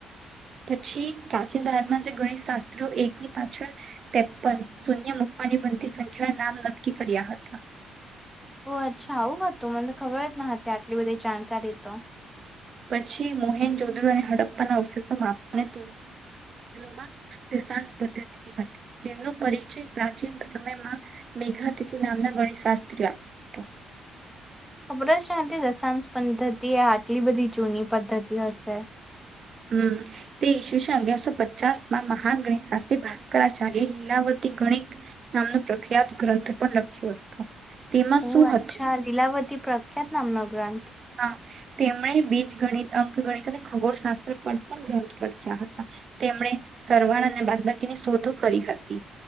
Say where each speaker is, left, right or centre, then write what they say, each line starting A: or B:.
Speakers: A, on the right (about 45°); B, in the centre.
A: પછી પ્રાચીન ભારતમાં જે ગણિત શાસ્ત્રો એકની પાછળ તેપન શૂન્ય મુક્ત મુકવાની બધી સંખ્યા નામ નક્કી કર્યા હતા.
B: ઓ અચ્છા આવું હતું. મતબ ખબર જ ન હતી આટલી બધી જાણકારી તો.
A: પછી મોહેન જોધુ અને હડપ્પાના અવશેષો માપવાનેધમાં <inaudible> દશાંશ પદ્ધતિ હતી તેમનો પરિચય પ્રાચીન સમયમાં મેઘાતિથિ નામના ગણિત શાસ્ત્રી હતો.
B: ખબર છે આ હતી દશાંશ પદ્ધતિ એ આટલી બધી જૂની પદ્ધતિ હશે.
A: હમ્મ, તે ઈસવીસન અગિયારસો પચાસમાં મહાન ગણિત શાસ્ત્રી ભાસ્કરાચાર્ય લીલાવતી ગણિત નામનો પ્રખ્યાત ગ્રંથ પણ લખ્યો હતો. તેમાં
B: ઓહ
A: શું
B: અચ્છા
A: હતું
B: લીલાવતી પ્રખ્યાત નામનો ગ્રંથ.
A: હા તેમણે બીજ ગણિત, અંક ગણિત અને ખગોળ શાસ્ત્ર પર પણ ગ્રંથ લખ્યા હતા. તેમણે સરવાળ અને બાદબાકીની શોધો કરી હતી